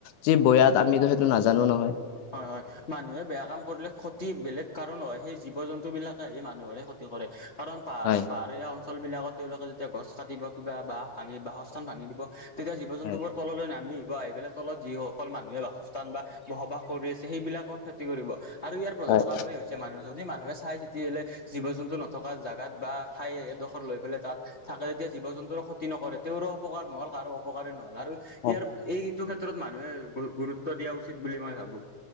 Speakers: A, on the left (about 85°); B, on the left (about 45°).
A: যি বয়াত আমিতো সেইটো নাজানো নহয়।
B: হয় - হয়। মানুহে বেয়া কাম কৰিলে ক্ষতি বেলেগ কাৰণ হয়, সেই জীৱ-জন্তুবিলাক আহি মানুহৰে ক্ষতি কৰে। কাৰণ পাহাৰ-
A: হয়
B: পাহাৰীয়া অঞ্চলবিলাকত তেওঁলোকে যেতিয়া গছ কাটিব, কিবা বাহ ভাঙি বাসস্থান ভাঙি দিব তেতিয়া জীৱ-জন্তুবোৰ
A: হয়
B: তললৈ নামি আহিব। আহি পেলাই তলত যিসকল মানুহে বাসস্থান বা বসবাস কৰি আছে সেইবিলাকৰ ক্ষতি কৰিব। আৰু ইয়াৰ প্ৰধান
A: হয়
B: কাৰণে হৈছে মানুহ। যদি মানুহে চাই-চিতি হ'লে জীৱ-জন্তু নথকা জাগাত বা ঠাই এডোখৰ লৈ পেলাই তাত থাকে, তিয়া জীৱ-জন্তুৰো ক্ষতি নকৰে, তেওঁৰো অপকাৰ নহ'ল, কাৰো অপকাৰে নহ'ল আৰু
A: হয়
B: ইয়াৰ এইটো ক্ষেত্ৰত মানুহে গু- গুৰুত্ব দিয়া উচিত বুলি মই ভাবোঁ।